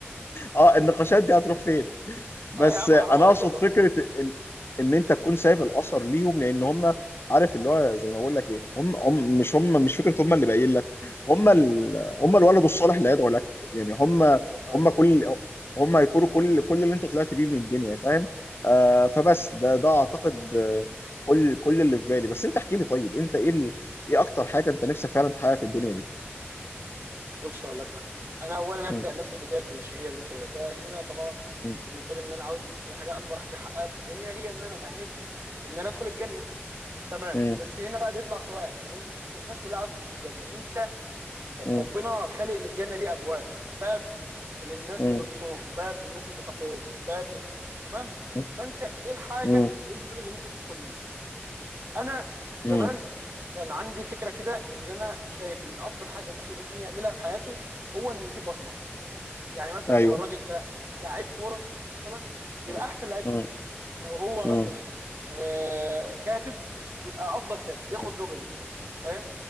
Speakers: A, on the left; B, on the right.
A: اه النقاشات دي هتروح فين
B: <laughs>
A: بس
B: اه يا عم
A: انا
B: حرام عليك
A: اقصد
B: والله
A: فكره ان ان انت تكون سايب الاثر ليهم لان هم عارف اللي هو زي ما بقول لك ايه هم, هم مش هم مش فكره هم اللي باين لك هم ال... هم الولد الصالح اللي هيدعو لك يعني هم
B: ايوه فعلا
A: هم كل هم هيكونوا كل كل اللي انت طلعت بيه من الدنيا فاهم آه فبس ده ده اعتقد آه، كل كل اللي في بالي بس انت احكي لي طيب انت ايه ال... ايه اكتر حاجه انت نفسك فعلا تحققها في الدنيا دي
B: بص هقول لك حاجه انا اولا ابدا
A: م-
B: نفس البدايه الكليشيهيه اللي انت بداتها ان انا طبعا
A: م-
B: بالنسبه لي ان انا عاوز حاجه اكبر حاجه احققها في الدنيا هي ان انا امهد ان انا ادخل الجنه تمام
A: م-
B: بس هنا بقى بيطلع سؤال طب إن- الناس كلها عايزه تخش الجنه انت
A: م-
B: ربنا خالق للجنه دي ابواب باب للناس
A: م-
B: اللي بتصوم باب للناس اللي بتقوم باب ل... تمام
A: م-
B: فانت ايه الحاجه
A: م- م-
B: ايه الباب اللي ممكن تدخل منه انا زمان
A: م-
B: كان عندي فكره كده ان انا شايف ان افضل حاجه ممكن الانسان يعملها في حياته هو انه يسيب بصمه يعني مثلا
A: ايوه
B: لو الراجل ده لعيب كوره مثلا يبقى
A: مم.
B: احسن لعيب
A: مم.
B: كوره لو هو
A: مم.
B: مثلا آه كاتب يبقى افضل كاتب
A: مم.
B: ياخد نوبل مثلا فاهم